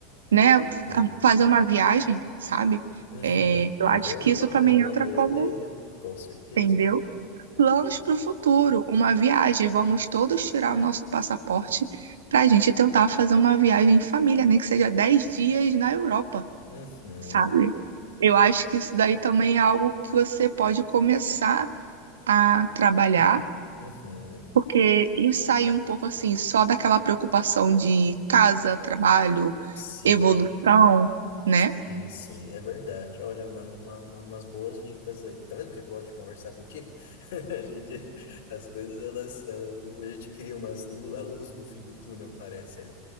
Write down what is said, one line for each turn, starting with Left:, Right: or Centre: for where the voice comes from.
Right: né, a-
Left: Sim.
Right: fazer uma viagem, sabe?
Left: Uhum.
Right: É, eu acho
Left: Opa,
Right: que isso também
Left: é uma
Right: entra
Left: boa
Right: como,
Left: ideia, com certeza.
Right: entendeu? Planos para o futuro, uma viagem. Vamos todos tirar o nosso passaporte para a gente tentar fazer uma viagem em família, nem que seja 10 dias na Europa,
Left: Uhum.
Right: sabe? Eu acho que isso daí também é algo que você pode começar a trabalhar,
Left: Uhum.
Right: porque e sair um pouco assim, só daquela preocupação de casa, trabalho,
Left: Sim.
Right: evolução, né?
Left: Sim, sim, é verdade. Olha, mano, uma, uma- umas boas dicas aí. Tá vendo que eu gosto de conversar contigo? <laughs> A gente, as coisas, elas, elas, a gente cria umas, lu- a luz no fim do túnel, parece ali.